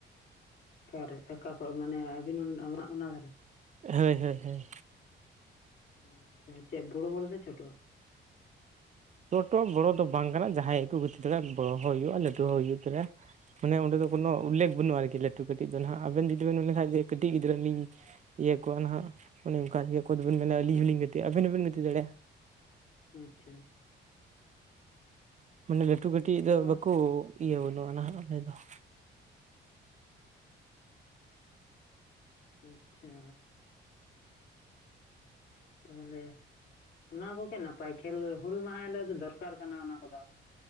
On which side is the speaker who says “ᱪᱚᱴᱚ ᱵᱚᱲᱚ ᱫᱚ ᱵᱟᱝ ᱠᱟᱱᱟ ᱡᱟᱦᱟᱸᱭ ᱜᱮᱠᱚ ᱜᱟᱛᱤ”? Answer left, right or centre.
Right